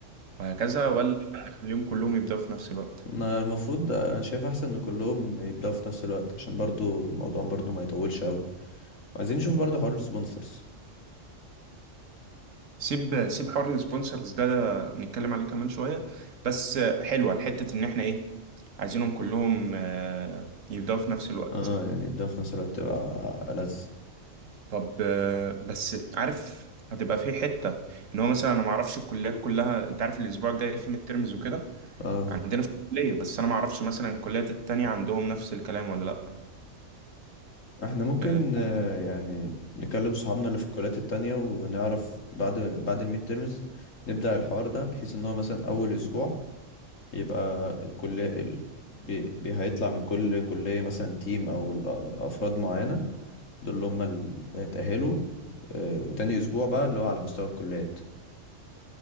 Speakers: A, on the right; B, on the left.
A: وهكذا ولا نخليهم كلهم يبدأوا في نفس الوقت
B: انا المفروض انا شايف احسن ان كلهم يبداوا في نفس الوقت عشان برضو الموضوع برضو ما يطولش قوي عايزين نشوف برضو حوار السبونسرز
A: سيب سيب حوار السبونسرز ده, ده نتكلم عليه كمان شوية بس آه، حلوة الحتة إن احنا إيه عايزينهم كلهم آه، يبدأوا في نفس الوقت
B: اه يعني يبداوا في نفس الوقت تبقى ألذ
A: طب آه، بس عارف هتبقى في حته ان هو مثلا انا ما اعرفش الكليات كلها انت عارف الاسبوع الجاي في ميد ترمز وكده
B: اه
A: عندنا في الكليه بس انا ما اعرفش مثلا الكليات التانية عندهم نفس الكلام ولا لا
B: احنا ممكن
A: آه،
B: آه، يعني نكلم صحابنا اللي في الكليات التانية ونعرف بعد بعد الميد تيرمز نبدأ الحوار ده بحيث ان هو مثلا اول اسبوع يبقى الكلية ال... بي... بي- هيطلع من كل كلية مثلا تيم او ال- آه، افراد معينة دول اللي هم اللي اتأهلوا آه، وتاني أسبوع بقى اللي هو على مستوى الكليات